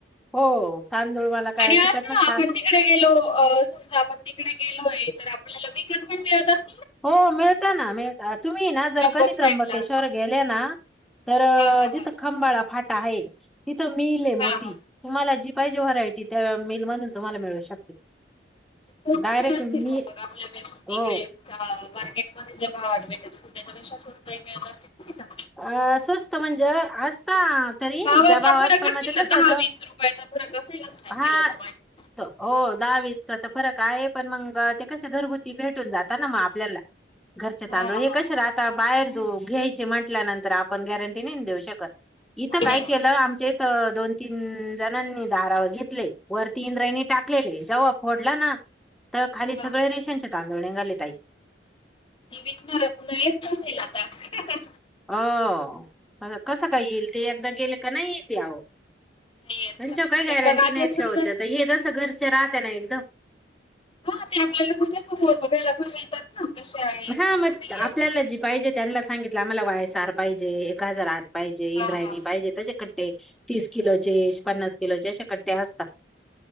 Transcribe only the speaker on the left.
आणि अस
आपण तिकडे गेलो. समजा आपण तिकडे गेलोय, तर आपल्याला मन पण मळत अस
त्र्यंबक
साईडला
हा
हा हा
हा
हा
कस
पण असतील
म आपल्यापे
इकडे चां मार्केट मध्ये जे भाव आठ भेट त्याच्यापेक्षा स्वस्त एक असतील नाई का?
भावाचा
फरक
असेल
ना
दहा वीस रुपयाचा फरक असेलच ना
किलोच्या मागे
हा
हा
नाही
नाही नाही
हा.
विकणार पुन्हा येत नसेल आता? आ.
नाही येत
ना
पण मग आता
समजा
हा ते आपल्याला सध्या समोर बघायला पण मिळतात ना? कसे आहेत
कसे
नाही
असं
हा हा